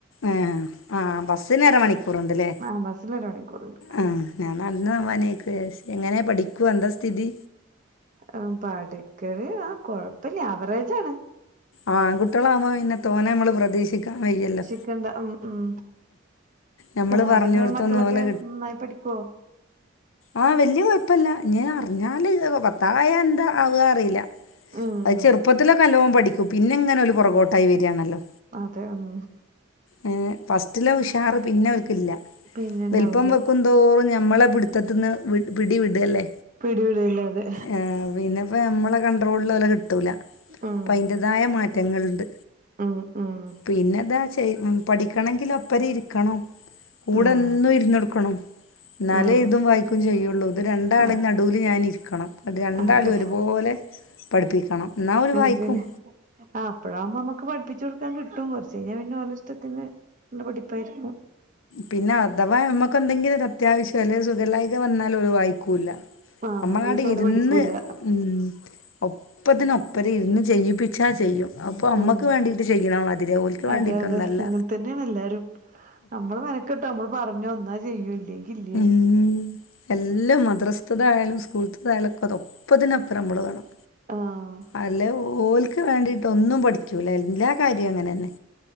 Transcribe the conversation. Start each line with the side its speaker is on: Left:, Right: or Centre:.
Left: ഏഹ് ആഹ് ബസിന് അര മണിക്കൂറുണ്ട്ല്ലേ
Right: ആഹ് ബസ്സിന് അരമണിക്കൂറുണ്ട്
Left: ആഹ്. ഞാൻ നടന്ന്പോവാനേക്കുജാരിച്ചു. എങ്ങനെ പഠിക്കോ എന്താ സ്ഥിതി?
Right: ആഹ് പഠിക്കല് ആഹ് കൊഴപ്പല്ല, ആവറേജ്ആണ്.
Left: ആഹ് ആങ്കുട്ട്യാളാവുമ്പോ പിന്നെ തോനെ ഞമ്മള് പ്രെതീക്ഷിക്കാൻ വയ്യല്ലോ.
Right: ക്കണ്ട ഉം ഉം
Left: നമ്മൾ
Right: അവടെങ്ങനെ
Left: പറഞ്ഞോടത്തൊന്നും
Right: മക്കളൊക്കെ
Left: ഓലെ
Right: നന്നായി പഠിക്കോ?
Left: ആഹ് വല്ല്യെ കൊഴപ്പല്ല ഇഞ്ഞ് അറിഞ്ഞാല് പത്തായ എന്താ ആവാ അറീല.
Right: ഉം
Left: അഹ് ചെറുപ്പത്തിലൊക്കെ നല്ലോം പഠിക്കും. പിന്നങ്ങനെ- പുറകോട്ടായി വരാണല്ലോ.
Right: അതെ ഉം
Left: ഏ ഫസ്റ്റിലെ ഉഷാറ് പിന്നെ ഓൽക്കില്ല.
Right: പിന്നെ ഇണ്ടാവൂല
Left: വെൽപ്പം വെക്കും തോറും ഞമ്മളെ പിട് ത്തത്ത്ന്ന് വ് പിടി വിടല്ലേ
Right: പിടിവിടയില്ലാതെ
Left: ഏ പിന്നെ അപ്പ ഞമ്മളെ കൺട്രോൾല് ഓലെ കിട്ടൂല
Right: ഉം
Left: അപ്പൊ അയിൻ്റേതായ മാറ്റങ്ങള്ണ്ട്.
Right: ഉം ഉം
Left: പിന്നെ ഇതാ ചെയ് പഠിക്കണങ്കില് ഒപ്പരം ഇര്ക്കണം. കൂടെ
Right: ഉം
Left: എന്നും ഇര്ന്നൊട്ക്കണം. ഇന്നാലേ
Right: ഉം
Left: എയ്തും വായിക്കും ചെയ്യൊള്ളൂ. ഇത് രണ്ടാളേം
Right: ആഹ്
Left: നടൂല് ഞാന് ഇര്ക്കണം. ന്നട്ട് രണ്ടാളീം
Right: അതെ
Left: ഒരുപോലെ പഠിപ്പിക്കണം. എന്നാൽ ഓല്
Right: ആ
Left: വായിക്കും
Right: ശരിയാ. ആ അപ്പഴാവുമ്പം നമ്മക്ക് പഠിപ്പിച്ച് കൊടുക്കാൻ കി ട്ടും കൊർച്ച് കഴിഞ്ഞാ പിന്നെ ഓല ഇഷ്ടത്തിന് ഇള്ള പഠിപ്പായിരിക്കും.
Left: പിന്നെ അഥവാ ഞമ്മക്കെന്തെങ്കിലും ഒര് അത്യാവശ്യോ, അല്ലെ സുഖല്ലായിക വന്നാ ഓല് വായിക്കൂല്ല.
Right: ആ
Left: നമ്മളവട
Right: എന്നാ ദിവസം
Left: ഇര്ന്ന്
Right: ഓലെ പഠിപ്പൂല്ല
Left: ഉം ഒ പ്പത്തിന് ഒപ്പരം ഇര്ന്ന് ചെയ്യിപ്പിച്ചാ ചെയ്യും. അപ്പൊ അമ്മക്ക്
Right: ഉം
Left: വേണ്ടീട്ട് ചെയ്യ്ണ മാതിര്യാ, ഓൽക്ക് വാണ്ടീട്ടൊന്നും
Right: അതെ അതെ
Left: അല്ല.
Right: അങ്ങനെ തന്നെയാണ് എല്ലാരും നമ്മള് മെനക്കെട്ടോ നമ്മള് പറഞ്ഞോ ഇന്നാ ചെയ്യും ഇല്ലെങ്കി ഇല്ല.
Left: ഉം എല്ലം മദ്രസ്ത്തതായാലും സ്കൂൾത്തതായാലും ഒ പ്പതും ഒപ്പതിനൊപ്പരം നമ്മള് വേണം
Right: ആഹ്
Left: അല്ലേ ഓൽക്ക് വേണ്ടീട്ട് ഒന്നും പഠി- ചൂല. എല്ലാ കാര്യ അങ്ങനെന്നെ